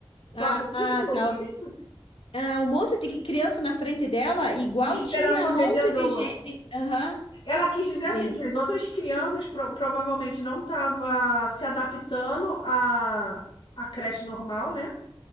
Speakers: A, on the left (about 75°); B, on the left (about 60°).
A: Ah,
B: Tu acredita
A: ah,
B: que
A: tá.
B: eu ouvi isso?
A: Ah, um monte de criança na frente dela, igual
B: Esperando
A: tinha
B: uma
A: um monte
B: mediadora.
A: de gente. Aham.
B: Ela quis dizer assim
A: Meu.
B: que as outras crianças pro- provavelmente não estavam se adaptando à, à creche normal, né?